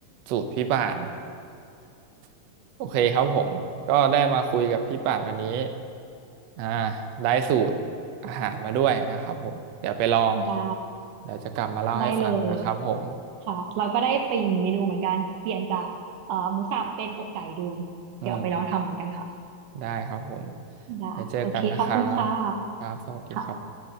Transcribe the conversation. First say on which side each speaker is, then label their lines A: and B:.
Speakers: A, on the right; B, on the right.
A: สูตรพี่ป่าน <laughs> โอเคครับผมก็ได้มาคุยกับพี่ป่านวันนี้อ่าได้สูตรอาหารมาด้วยนะครับผมเดี๋ยวไปลอง
B: ได้
A: เดี๋ยวจะกลับมาเล่าให้ฟังนะครับผม
B: ได้เลยค่ะเราก็ได้ไปอีกเมนูเหมือนกันเปลี่ยนจากเอ่อหมูสับเป็นอกไก่ดู
A: อืม
B: เดี๋ยวเอาไปลองทำเหมือนกันค่ะ
A: ได้ครับผม
B: ได้โอเคขอบคุณค่ะ
A: ไปเจอกันนะครับครับสวัสดีครับ
B: ค่ะ